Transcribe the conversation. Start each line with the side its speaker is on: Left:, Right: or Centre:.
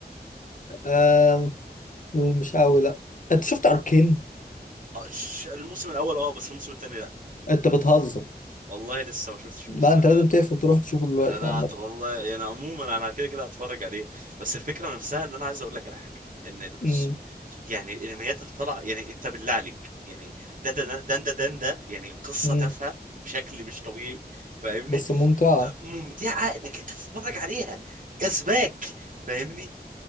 Left: آه مش قوي لا انت شفت اركين
Right: آه، ش- الموسم الاول اه بس الموسم الثاني لا
Left: انت بتهزر
Right: والله لسه ما شفتش الموسم
Left: لا انت
Right: الثاني
Left: لازم تقفل تروح تشوفه دلوقتي
Right: لا
Left: عامة
Right: ت- والله يعني عموما انا كده كده هتفرج عليه بس الفكره نفسها ان انا عايز اقول لك على حاجه ان اللي بص
Left: مم.
Right: يعني الانميات اللي طالعه يعني انت بالله عليك يعني ده ده ده ده ده, ده يعني قصه
Left: مم.
Right: تافهه بشكل مش طبيعي فاهمني
Left: بس ممتعة
Right: آه، ممتعه انك انت تتفرج عليها جذباك فاهمني